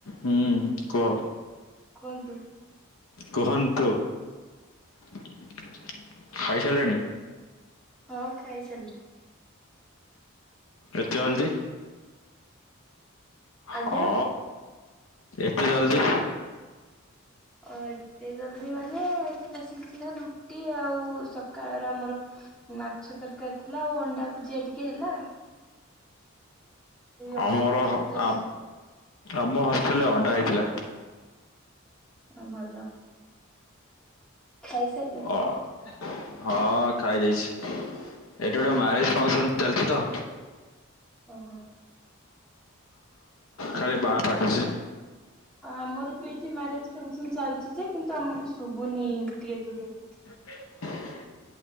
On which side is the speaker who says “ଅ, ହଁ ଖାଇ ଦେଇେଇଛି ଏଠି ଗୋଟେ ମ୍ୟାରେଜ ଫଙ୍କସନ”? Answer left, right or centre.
Left